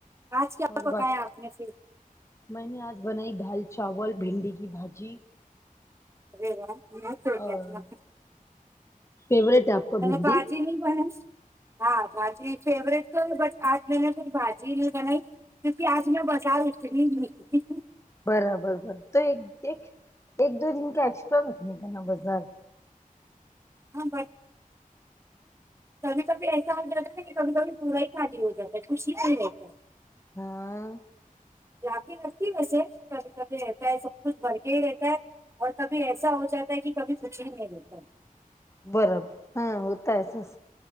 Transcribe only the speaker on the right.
آج کیا
پکایا
آپ نے پھر
<unintelligible> <unintelligible>
بھاجی نہیں بس ہاں بھاجی فیوروریٹ تو بٹ آج میں نے بھاجی نہیں بنائی کیونکہ آج میں بازار اس کے گئی تھی کیوں کہ
ہاں بس کبھی کبھی ایسا ہو جاتا ہے ن کہ کبھی کبھی پورا ہی خالی ہو جاتا ہے خوشی نہیں ہوتا ہے
لاک کے رکھتی ویسے کبھی کبھی رہتا ہے سب کچھ بھر کے ہی رہتا ہے اور کبھی ایسا ہو جاتا ہے کہ کبھی کچھ ہی نہیں دیتا